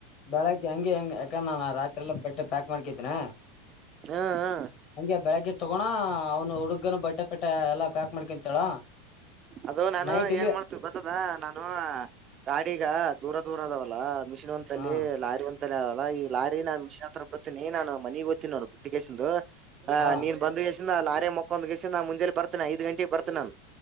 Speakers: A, on the left (about 45°); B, on the right (about 30°).
A: ಬೆಳಗ್ ಹಂಗಗೆ ಹೆ ಯಾಕ ರಾತ್ರಿ ಎಲ್ಲ ಬೆಟ್ಟ ಬಟ್ಟೆ ಪ್ಯಾಕ್ ಮಾಡ್ಕಿದ್ದನ
B: ಹಾ ಹಾ
A: ಹಗೆ ಬೆಳಗ್ಗೆ ತಗೋಣ ಅವನು ಹುಡುಗನ ಬಟ್ಟೆ ಟ್ಟ ಎಲ್ಲ ಪ್ಯಾಕ್ ಮಾಡ್ಕೊಂತಾಳ
B: ಅದು ನಾನು
A: ನೈಟ್ ಇಲ್ಲಿ
B: ಏನ್ ಮಾಡ್ತೀವಿ ಗೊತ್ತದ ನಾನ್ ಇ ಗಾಡಿಗ ದೂರ ದೂರ ಅದಾವಲ್ಲ ಮಿಷಿನ್ ಒಂತಲ್ಲಿ
A: ಹಾ
B: ಲಾರಿ ಒಂತಲ್ಲಿ ಈ ಲಾರಿ ನಾನ್ ಮಿಷನ್ ಹತ್ರ ಕೊಡ್ತೀನಿ ನಾನು ಮನೆಗ್ ಓ್ತೀನಿ ನ ಬಿಟ್ಟಿಗೆಂದು
A: ಹಾ
B: ನೀನ್ ಬಂದ ಲಾರೆ ಮಕ್ಕೊಂದ್ಸ ನ ಮುಂಜೆಲಿ ಬತನೆ ಐದ ಗಂಟಗ್ ಬರ್ತನಾನನ್